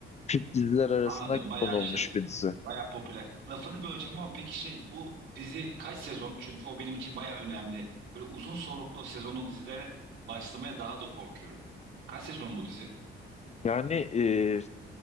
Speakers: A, on the left (about 35°); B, on the right (about 75°).
A: Türk diziler arasına
B: Anladım. Bayağı
A: konulmuş
B: şey.
A: bir dizi.
B: Bayağı popüler. Lafını böleceğim ama peki şey bu dizi kaç sezon? Çünkü o benim için bayağı önemli. Böyle uzun soluklu sezonlu dizilere başlamaya daha da korkuyorum. Kaç sezon bu dizi?
A: Yani e,